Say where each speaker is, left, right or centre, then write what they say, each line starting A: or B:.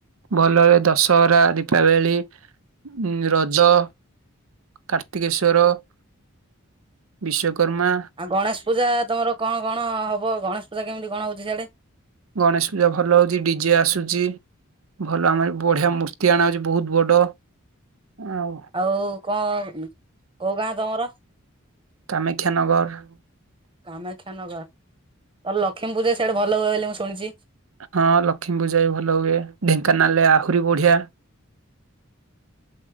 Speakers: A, on the right (about 85°); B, on the right (about 25°).
A: ଭଲ ରେ ଦଶହରା, ଦୀପାବଳି ଉଁ ରଜ। କାର୍ତ୍ତିକେଶ୍ୱର, ବିଶ୍ୱକ୍ରମା।
B: ଆଉ ଗଣେଶ ପୂଜା ତମର କ'ଣ କ'ଣ ହବ ଗଣେଶ ପୂଜା କେମିତି କଣ ହଉଛି ସିଆଡେ଼।
A: ଗଣେଶ ପୂଜା ଭଲ ହଉଛି ଡିଜେ ଆସୁଛି। ଭଲ ଆମର ବଢ଼ିଆ ମୂର୍ତ୍ତି ଆଣା ହଉଛି ବହୁତୁ ବଡ଼। ଆଉ।
B: ଆଉ କ'ଣ କୋଉ ଗାଁ ତମର।
A: କାମାକ୍ଷାନଗର।
B: କାମେକ୍ଷ୍ୟାନଗର ତ ଲକ୍ଷ୍ମୀ ପୂଜା ସିଆଡେ ଭଲ ହୁଏ ବୋଲି ମୁଁ ଶୁଣିଛି।
A: ହଁ ଲକ୍ଷ୍ମୀପୂଜା ବି ଭଲ ହୁଏ ଢେଙ୍କାନାଳ ରେ ଆହୁରି ବଢିଆ।